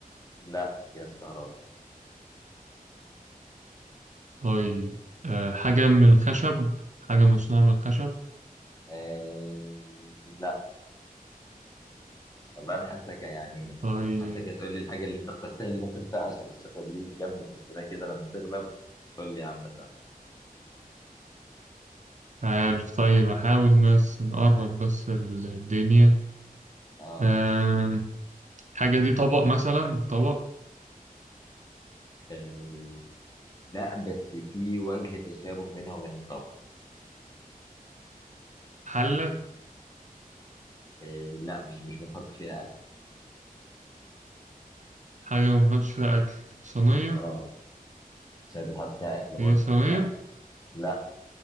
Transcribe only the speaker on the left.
لا مش جهاز كهرباء
آه لا والله انا حاسك يعني
حاسك هتقول لي الحاجة اللي انت اخترتها دي ما تنفعش بس خليك كمل اسئلة كده لما تغلب قول لي يا عم سعد
اه
آه، لا بس في وجه تشابه بينها وبين الطبخ
آه، لا مش مش بنحط فيها اكل
اه مش بتحط فيها اكل برضه
لا لا